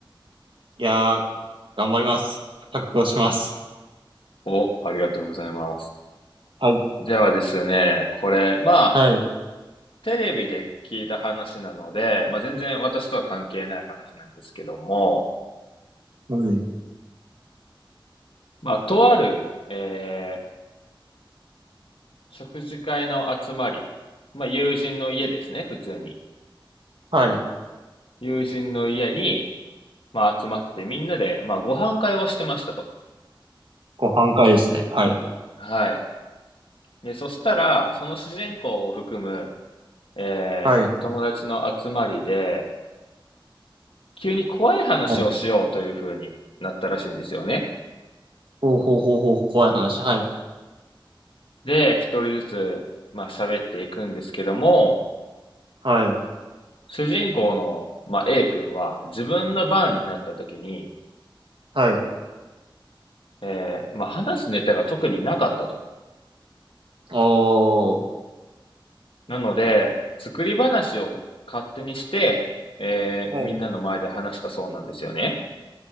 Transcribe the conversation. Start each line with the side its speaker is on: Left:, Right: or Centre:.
Right: いやー、頑張ります。覚悟します。
Left: お、ありがとうございます。
Right: はい。
Left: ではですね、これ、まあ、
Right: はい。
Left: テレビで聞いた話なので、まあ、全然私とは関係ない話なんですけども、
Right: はい
Left: まあ、とある、えー食事会の集まり、まあ、友人の家ですね、普通に。
Right: はい。
Left: 友人の家に、まあ、集まってみんなで、まあ、ご飯会をしてましたと。
Right: ご半回ですね。はい。
Left: はい。で、そしたら、その主人公を含む、えー友達の集まりで、
Right: はい。
Left: 急に怖い話をしようという風になったらしいんですよね。
Right: はい。ほうほうほうほう、怖い話。はい。
Left: で、一人ずつ、まあ、喋っていくんですけども、
Right: はい。
Left: 主人公の、まあ、A 君は自分の番になった時に、
Right: はい。
Left: えーまあ、話すネタが特になかったと。
Right: おー。
Left: なので、作り話を勝手にして、えーみんなの前で話したそうなんですよね。
Right: はい。